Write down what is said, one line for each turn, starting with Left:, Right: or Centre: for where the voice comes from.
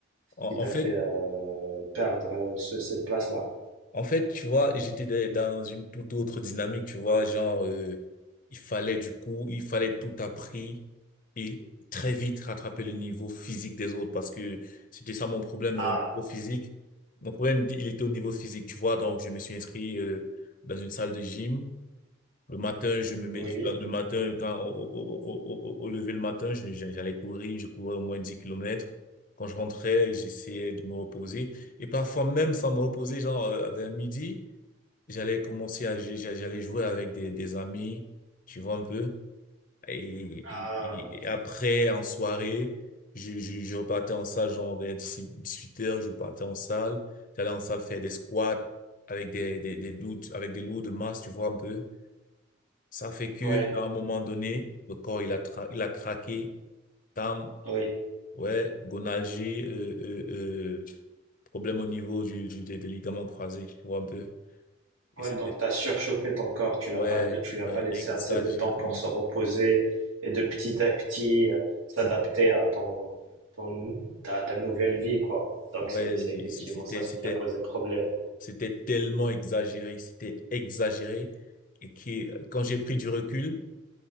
Left: En,
Right: ce qui t'a
Left: en fait,
Right: fait euh, perdre euh, ce- cette place-là.
Left: En fait, tu vois, j'étais de- dans une toute autre dynamique, tu vois, genre, euh, il fallait du coup, il fallait tout appris et très vite rattraper le niveau physique des autres parce que c'était ça mon problème
Right: Ah,
Left: euh, au physique. Mon problème, il était au niveau physique, tu vois, donc je me suis inscrit euh, dans une salle de gym. Le matin, je me mets,
Right: oui.
Left: le matin, quand, au, au, au, au- au lever le matin, je- je- j'allais courir, je courais au moins 10 kilomètres. Quand je rentrais, j'essayais de me reposer. Et parfois, même sans me reposer, genre, euh, vers midi, j'allais commencer à, j- j'allais jouer avec des, des amis, tu vois un peu. Et,
Right: Ah,
Left: et, et après, en soirée, je, je, je repartais en salle, genre, vers 18 heures, je partais en salle. J'allais en salle faire des squats avec des, des, des, lourds- avec des lourds de masse, tu vois un peu. Ça fait que,
Right: ouais,
Left: à un moment donné, le corps, il a, tra- il a craqué. Tam,
Right: oui.
Left: ouais, gonalgie, euh, euh, euh, problème au niveau du, du, des, des ligaments croisés, tu vois un peu.
Right: Ouais,
Left: Et c'était,
Right: donc tu as surchauffé ton corps, tu l'as
Left: ouais,
Right: pas de- tu lui
Left: ouais,
Right: as pas laissé
Left: exagérément.
Right: assez de temps pour se reposer et de petit à petit euh, s'adapter à ton, ton ta, ta nouvelle vie quoi. Donc
Left: Ouais,
Right: c'est c'est
Left: j'ai-
Right: effectivement
Left: c'est- c'était,
Right: ça ce
Left: c'était,
Right: qui a posé problème.
Left: c'était tellement exagéré, c'était exagéré. Et qui, quand j'ai pris du recul,